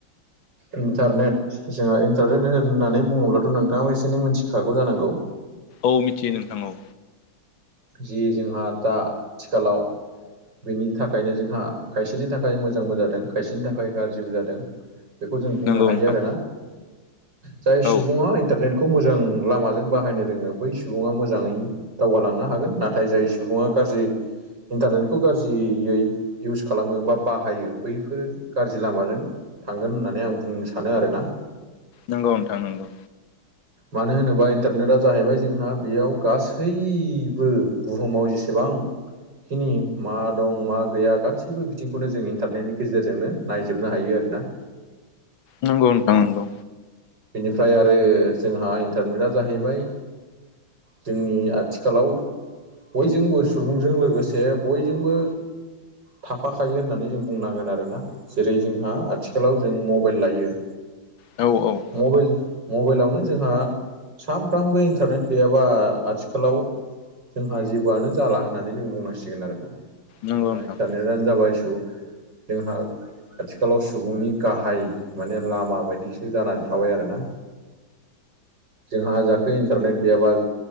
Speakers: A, on the right; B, on the left.
A: इन्टारनेट जोंहा इन्टारनेट होननानै बुङोब्लाथ' नोंथाङाबा एसे एनै मिथिखागौ जानांगौ।
B: औ मिथियो नोंथां औ।
A: जि जोंहा दा आथिखालाव बिनि थाखायनो जोंहा खायसेनि थाखाय मोजांबो जादों खायसेनि थाखाय गारज्रिबो जादों बेखौ जों बुंनो
B: नंगौ
A: हायो
B: नोंथां
A: आरोना जाय सुबुङा
B: औ
A: इन्टारनेट खौ मोजां लामाजों बाहायनो रोङो बै सुबुङा मोजाङै दावगालां नो हागोन नाथाय जाय सुबुङा गारज्रि इन्टारनेटखौ गारजियै इउस खालामो बा बाहायो बैफोर गारजि लामाजों थांगोन होननानै आं बुंनो सानो आरोना।
B: नोंगौ नोंथां नोंगौ।
A: मानो होनोबा इन्टारनेटआ जाहैबाय जोंहा बेयाव गासै बो बुहुमाव जेसेबां खिनि मा दं मा गैया गासैबो बिथिंखौनो जों इन्टारनेटनि गेजेरजोंनो नायजोबनो हायो आरोना।
B: नोंगौ नोंथां नोंगौ।
A: बेनिफ्राय आरो जोंहा इन्टारनेटआ जाहैबाय जोंनि आथिखालाव बयजोंबो सुबुंजों लोगोसे बयजोंबो थाफाखायो होननानै जों बुंनांगोन आरोना जेरै जोंहा आथिखालाव जों मबाइल लायो
B: औ औ।
A: मबाइल मबाइलावनो जोंहा सानफ्रामबो इन्टारनेट गैयाबा आथिखालाव जोंहा जेबोआनो जाला होननानै जों बुंनांसिगोन आरोना जेनेबा
B: नंगौ नोंथां
A: इन्टारनेटानो जाबाय सुबुं जोंहा आथिखालाव सुबुंनि गाहाय माने लामा बायदिसो जानानै थाबाय आरोना जोंहा जाखो इन्टारनेट गैयाबा